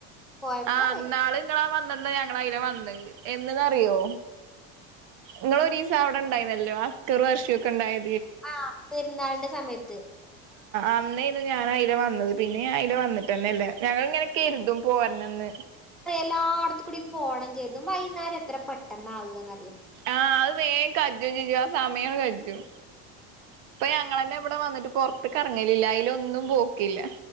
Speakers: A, in the centre; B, on the right.
A: കൊഴപ്പല്ല
B: ആ ന്നാള് ങ്ങളാ വന്നന്ന് ഞങ്ങള അയ്ലെ വന്ന് എന്ന്ന്നറിയോ ങ്ങള് ഒരീസ അവിടെണ്ടായിന്നല്ലോ അസ്ക്കറും അർഷി ഒക്കെ ണ്ടായി
A: ആ പെരുന്നാൾന്റെ സമയത്ത്
B: അന്നേയിന്നു അയിലെ ഞാൻ അതില വന്നത് പിന്നെ അതില വന്നിട്ട്ന്നെ അല്ലേ ഞങ്ങ ഇങ്ങനെ കരുതും പോര്നന്ന്
A: ല്ലാടത്ത് കൂടിം പോണം കെര്തും വൈന്നാരം എത്ര പെട്ടെന്നാക്ന്നറിയോ
B: ആഹ് അത് വേം കജ്ജും ചെയ്യും ആ സമയോം കജ്ജും ഇപ്പ ഞങ്ങന്നെ ഇവിടെ വന്നിട്ട് പൊർത്ത് ക്ക് റങ്ങലില്ല അതിലൊന്നും പോക്കില്ല